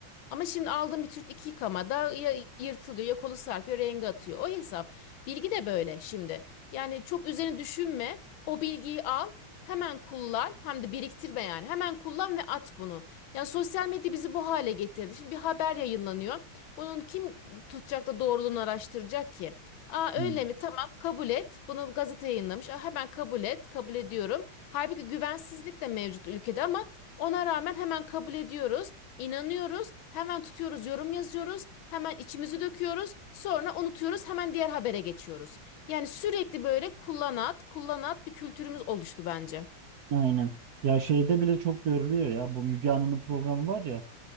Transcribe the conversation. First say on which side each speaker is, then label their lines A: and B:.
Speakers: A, on the left; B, on the right.
A: Ama şimdi aldığım bir tür iki yıkamada ya yırtılıyor ya kolu sarkıyor rengi atıyor o hesap. Bilgi de böyle şimdi yani çok üzerine düşünme o bilgiyi al hemen kullan hem de biriktirme yani hemen kullan ve at bunu. Yani sosyal medya bizi bu hale getirdi. Şimdi bir haber yayınlanıyor. Bunun kim tutacak da doğruluğunu araştıracak ki? Aa
B: Hı.
A: öyle mi? Tamam kabul et. Bunu gazete yayınlamış. Aa, hemen kabul et. Kabul ediyorum. Halbuki güvensizlik de mevcut ülkede ama ona rağmen hemen kabul ediyoruz. İnanıyoruz. Hemen tutuyoruz, yorum yazıyoruz. Hemen içimizi döküyoruz. Sonra unutuyoruz. Hemen diğer habere geçiyoruz. Yani sürekli böyle kullanat, kullanat bir kültürümüz oluştu bence.
B: Aynen. Ya şeyde bile çok görülüyor ya. Bu Müge Anlı'nın programı var ya.